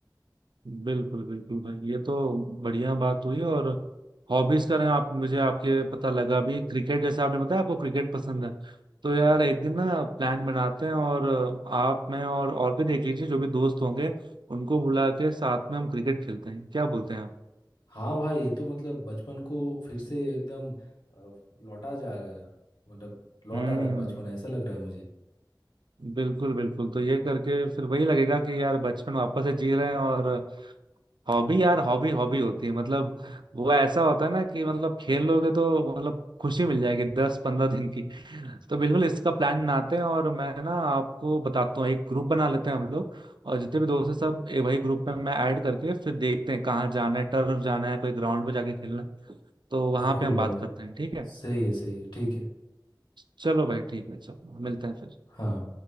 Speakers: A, on the right (about 80°); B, on the left (about 85°).
A: बिल्कुल बिल्कुल भाई ये तो बढ़िया बात हुई और हॉबीज का ना आप मुझे आपके पता लगा भी क्रिकेट जैसे आपने बताया आपको क्रिकेट पसंद है तो यार एक दिन ना प्लान बनाते हैं और आप मैं और और भी देख लीजिए जो भी दोस्त होंगे उनको बुला के साथ में हम क्रिकेट खेलते हैं क्या बोलते हैं आप
B: हाँ भाई ये तो मतलब बचपन को फिर से एकदम अ, लौटा जा गया मतलब लौट
A: हम्म
B: आ रहा है बचपन ऐसा लग रहा है मुझे
A: बिल्कुल बिल्कुल तो ये करके फिर वही लगेगा कि यार बचपन वापस से जी रहे हैं और हॉबी यार हॉबी हॉबी होती है मतलब वो ऐसा होता है ना कि मतलब खेल लोगे तो मतलब खुशी मिल जाएगी दस पंद्रह दिन की तो बिल्कुल इसका प्लान बनाते हैं और मैं ना आपको बताता हूँ एक ग्रुप बना लेते हैं हम लोग और जितने भी दोस्त हैं सब एक वही ग्रुप में मैं ऐड करके फिर देखते हैं कहाँ जाना है टर्फ जाना है कोई ग्राउंड पे जाके खेलना है तो वहां
B: बिल्कुल
A: पे हम
B: भाई
A: बात करते हैं ठीक है
B: सही है सही है ठीक है
A: चलो भाई ठीक है चलो मिलते हैं फिर
B: हाँ